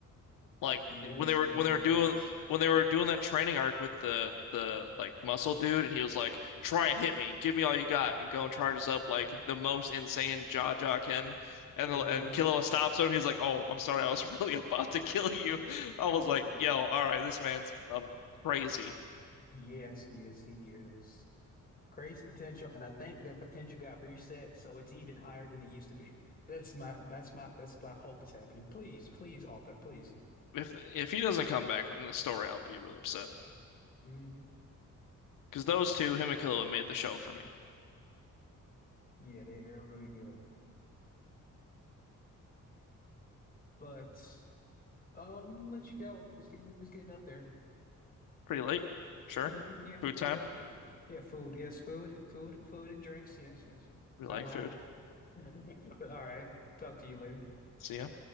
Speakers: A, on the left; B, on the left.
A: like
B: Yes,
A: when they were
B: he
A: when
B: does.
A: they were doing when they were doing that training arc with the the like muscle dude and he was like try and hit me give me all you got and go and charges up like the most insane jaw jaw can and
B: Yeah,
A: the,
B: he
A: and Killua
B: is.
A: stops him he's like oh I'm sorry I was <laughs> really about to kill you I
B: <laughs>
A: was like yo all right this man's um crazy
B: Yes, yes, he is. Crazy potential, and I think that potential got reset, so it's even higher than it used to be. That's my that's my that's my hope is happening. Please, please, author, please.
A: if if he doesn't come back in the story I'll be really upset
B: hmm
A: because those two him and Killua made the show for me
B: Yeah, they're really good. But um, let you go. It's getting it's getting up there.
A: pretty late sure
B: hmm Yeah,
A: food time
B: yeah, th- yeah. Food, yes, food, food, food and drinks. Yes, yes.
A: we
B: Alcoholic.
A: like food
B: <laughs> But all right. Talk to you later.
A: see ya